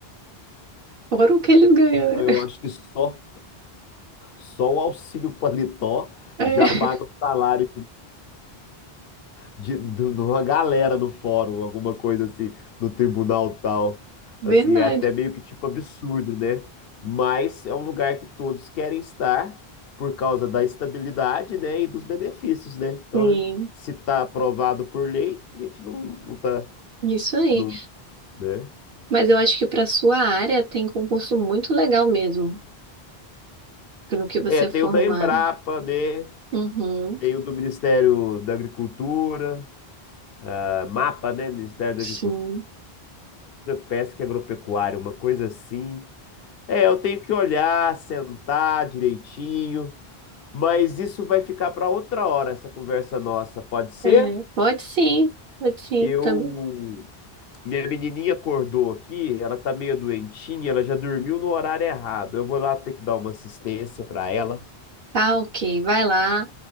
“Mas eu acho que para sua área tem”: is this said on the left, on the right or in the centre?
Right